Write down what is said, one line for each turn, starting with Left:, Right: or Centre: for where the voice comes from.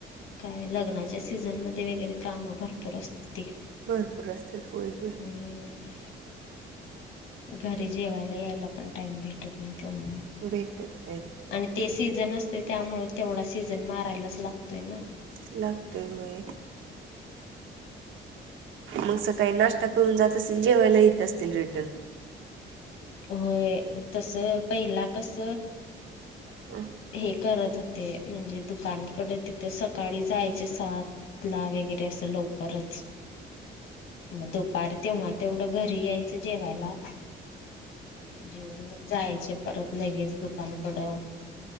Left: काय लग्नाच्या सीझनमध्ये वगैरे कामं भरपूर असतात ती.
Right: भरपूर असत्यात. व्हय व्हय.
Left: ह <unintelligible> घरी जेवायला यायला पण टाइम भेटत नाही तेव्हा म.
Right: भेटत्यात.
Left: आणि ते सीझन असतय ना, त्यामुळे तेवढा सीझन मारायलाच लागतोय ना?
Right: लागतय होय. मग सकाळी नाश्ता करून जात असतील जेवायला येत असतील रिटर्न.
Left: होय. तस पहिला कस
Right: <inaudible>
Left: हे करत होते म्हणजे दुकानकड तिथं सकाळी जायचे सात ला वगैरे ते असं लवकरच दूपार तेव्हा तेवढं घरी यायचं जेवायला जेऊन मग जायचे परत लगेच दुकानकडं.